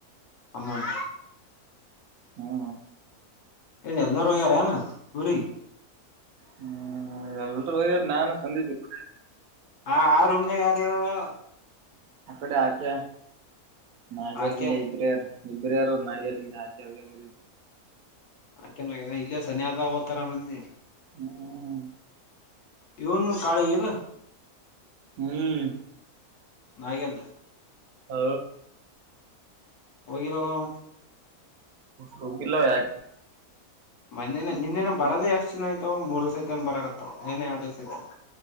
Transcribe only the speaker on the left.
ಅಮೌಂಟ್.
ಇದು ಎಲ್ಲಾರೂ ಹೋಗ್ಯಾರೆನ ಊರಿಗೆ.
ಹಾ ಆ ರೂಮ್ನ್ಯಾಗ್ ಯಾರಿರೋ.
ಆಕೆ
ಯಾಕೆನ ಇಲ್ಲೇ ಸನ್ಯ ಆದ ವತಾರ ಮಂದಿ.
ಇವನ್ನು ಕಳೆ ಇಲ್ಲ.
ನಾಗೇಂದ್ರ
ಹೋಗಿಲೋವ.
ಮೊನೆ ನಿನ್ನೇನ ಬರೋದ ಎಷ್ಟ ಜಿನ ಆಯ್ತೋ ಮೂರ್ ದಿವಸಕೆನ್ ಬರಕತೊ ನೇನೆ ಎರ್ಡ ದಿವ್ಸ ಆಯ್ತ.